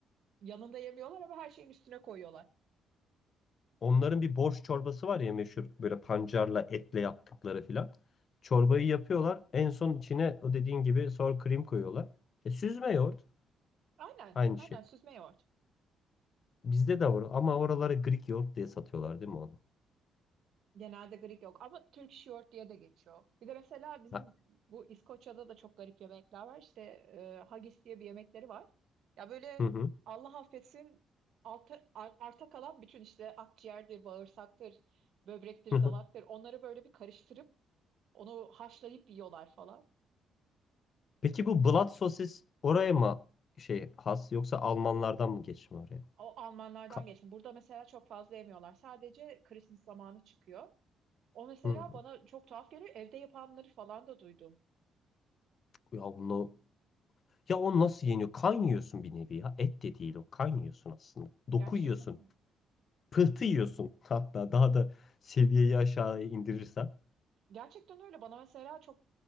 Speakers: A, on the right; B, on the left.
A: Yanında yemiyorlar ama her şeyin üstüne koyuyorlar.
B: Onların bir borş çorbası var ya meşhur böyle pancarla etle yaptıkları filan. Çorbayı yapıyorlar. En son içine o dediğin gibi sour cream koyuyorlar. E, süzme yoğurt
A: Aynen
B: aynı
A: aynen
B: şey.
A: süzme yoğurt.
B: Bizde de var ama oraları Greek yoğurt diye satıyorlar değil mi onu?
A: Genelde Greek yok ama Türk short diye de geçiyor. Bir de mesela bizim
B: Ha,
A: bu İskoçya'da da çok garip yemekler var. İşte e, haggis diye bir yemekleri var. Ya böyle
B: Hı hı.
A: Allah affetsin alta, ar- arta kalan bütün işte akciğerdir, bağırsaktır, böbrektir,
B: <laughs> hı hı.
A: dalaktır. Onları böyle bir karıştırıp onu haşlayıp yiyorlar falan.
B: Peki bu blood sosis oraya mı şey has yoksa Almanlardan mı geçme oraya?
A: O Almanlardan
B: Ka-
A: geçtim. Burada mesela çok fazla yemiyorlar. Sadece Christmas zamanı çıkıyor. O mesela
B: hı hı.
A: bana çok tuhaf geliyor. Evde yapanları falan da duydum.
B: Ya onu ya o nasıl yeniyor? Kan yiyorsun bir nevi ya. Et de değil o. Kan yiyorsun aslında. Doku
A: Gerçekten
B: yiyorsun.
A: öyle.
B: Pıhtı yiyorsun hatta daha da seviyeyi aşağıya indirirsen.
A: Gerçekten öyle. Bana mesela çok